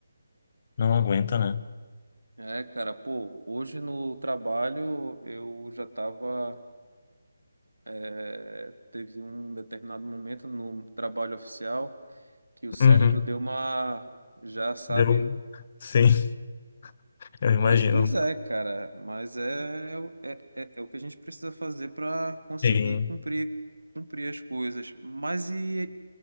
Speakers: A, on the left; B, on the right.
A: não aguenta, né?
B: É, cara, pô, hoje no trabalho eu já tava. é, teve um determinado momento no trabalho oficial que o cérebro
A: Uhum.
B: deu uma. Já sabe.
A: Deu. Sim, <laughs> eu
B: Mas,
A: imagino.
B: pois é, cara, mas é, é o- é, é, é o que a gente precisa fazer para conseguir
A: Sim.
B: cumprir, cumprir as coisas. Mas e,